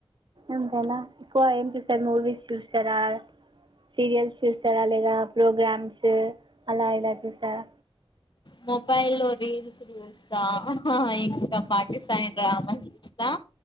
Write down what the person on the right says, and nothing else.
అంతేలే ఎక్కువ ఏం చూస్తారు మూవీస్ చూస్తారా సీరియల్స్ చూస్తారా లేదా ప్రోగ్రామ్స్ అలా ఇలా చూస్తారా